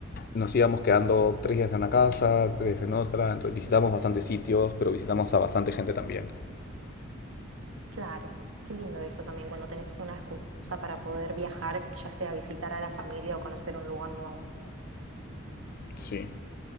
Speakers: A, on the left; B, on the right.
A: nos íbamos quedando tres días en una casa, tres en otra, entonces visitamos bastantes sitios, pero visitamos a bastante gente también.
B: Claro, qué lindo eso también cuando tenés una excusa para poder viajar, ya sea visitar a la familia o conocer un lugar nuevo.
A: Sí.